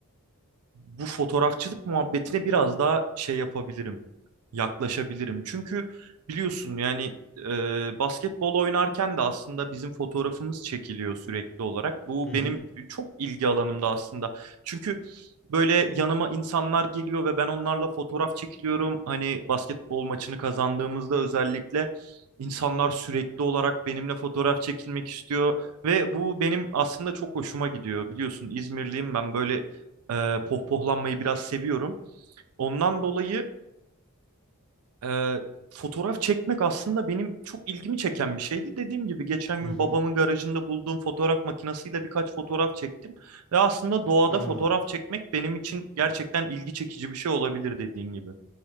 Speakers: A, on the right (about 85°); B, in the centre.
A: bu fotoğrafçılık muhabbetine biraz daha şey yapabilirim yaklaşabilirim. Çünkü biliyorsun yani e, basketbol oynarken de aslında bizim fotoğrafımız çekiliyor sürekli olarak. Bu
B: Hı hı.
A: benim çok ilgi alanımda aslında. Çünkü böyle yanıma insanlar geliyor ve ben onlarla fotoğraf çekiliyorum. Hani basketbol maçını kazandığımızda özellikle insanlar sürekli olarak benimle fotoğraf çekilmek istiyor ve bu benim aslında çok hoşuma gidiyor. Biliyorsun İzmirliyim ben böyle e, pohpohlanmayı biraz seviyorum. Ondan dolayı ee, fotoğraf çekmek aslında benim çok ilgimi çeken bir şeydi. Dediğim gibi geçen gün
B: Hı hı.
A: babamın garajında bulduğum fotoğraf makinesiyle birkaç fotoğraf çektim. Ve aslında doğada
B: Anladım.
A: fotoğraf çekmek benim için gerçekten ilgi çekici bir şey olabilir dediğin gibi.